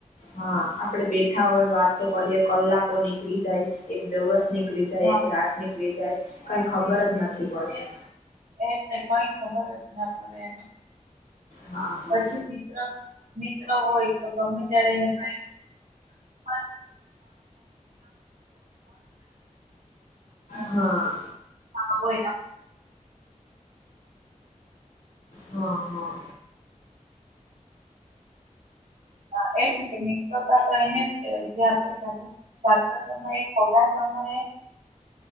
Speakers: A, on the left; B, on the right.
A: હા આપડે બેઠા હોય, વાતો કરીએ કલાકો નીકળી જાય એક દિવસ ની નીકળી જાય,
B: હા
A: એક રાત નીકળી જાય કઈ ખબર જ નથી પડતી.
B: એ ને કઈ ખબર જ ના પડે એમાં.
A: હા હા
B: પછી મિત્ર મિત્ર હોય તો ગમે ત્યારે એને કઈ પણ
A: હા.
B: હા હો,
A: હા હા.
B: હ એમને કે મિત્રોતા તો એને જ કેવાય જે આપડ સાથે ચાલતો સમય ખોટા સમયે